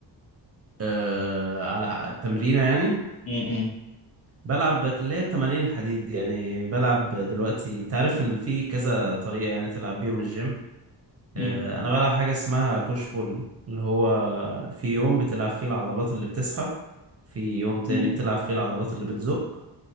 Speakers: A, on the right; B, on the left.
A: آه على حق- التمرينة يعني
B: امم
A: بلعب بت- اللي هي التمارين الحديد دي، يعني بلعب دلوقتي انت عارف ال- في كذا طريقة يعني تلعب بيهم الجيم
B: امم
A: آه انا بلعب حاجة اسمها بوش بول اللي هو في يوم بتلعب فيه العضلات اللي بتسحب في يوم تاني
B: امم
A: بتلعب فيه العضلات اللي بتزق